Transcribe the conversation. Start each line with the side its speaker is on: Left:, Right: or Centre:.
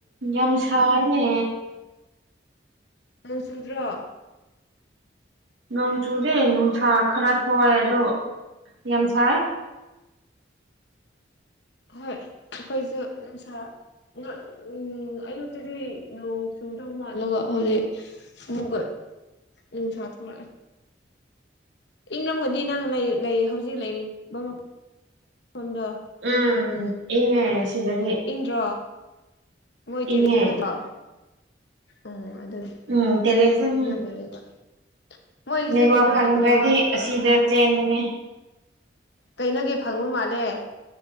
Right: ꯌꯥꯝꯁꯅꯦ
Left: ꯅꯪ ꯁꯨꯗ꯭ꯔꯣ
Right: ꯅꯣꯡ ꯆꯨꯗꯦ ꯅꯨꯡꯁꯥ ꯈꯔ ꯊꯣꯛꯑꯦ ꯑꯗꯣ ꯌꯥꯝ ꯁꯥꯏ
Left: ꯍꯣꯏ ꯑꯩꯈꯣꯏꯁꯨ ꯅꯨꯡꯁꯥ ꯅꯛ ꯎꯪ ꯌꯨꯛꯇꯗꯤ ꯅꯣꯡ ꯆꯨꯗꯧ ꯃꯥꯜꯂꯒ ꯍꯧꯖꯤꯛ ꯑꯗꯨꯒ ꯅꯨꯡꯁꯥ ꯊꯣꯛꯂꯛꯑꯦ ꯏꯪꯔꯝꯒꯗꯤ ꯅꯪ ꯂꯩ ꯂꯩ ꯍꯧꯖꯤꯛ ꯂꯩꯔꯤꯕ ꯃꯐ ꯐꯝꯗꯣ
Right: ꯎꯝ ꯏꯪꯉꯦ ꯁꯤꯗꯗꯤ
Left: ꯏꯪꯗ꯭ꯔꯣ ꯃꯣꯏ ꯇꯦꯔꯦꯁꯇꯨꯗ
Right: ꯏꯪꯉꯦ
Left: ꯅꯠꯇ꯭ꯔꯣ ꯎꯝ ꯑꯗꯨꯅꯤ
Right: ꯎꯝ ꯇꯦꯔꯦꯖꯗꯅꯦ
Left: <unintelligible> ꯃꯣꯏꯒꯤꯁꯦ
Right: ꯅꯦꯠꯋꯥꯛ
Left: ꯀꯩꯅꯣ
Right: ꯐꯪꯗ꯭ꯔꯗꯤ
Left: ꯅꯦꯠꯋꯥꯛ
Right: ꯑꯁꯤꯗ ꯆꯦꯟꯕꯅꯦ
Left: ꯀꯩꯅꯣꯒꯤ ꯐꯪꯕ ꯃꯥꯜꯂꯦ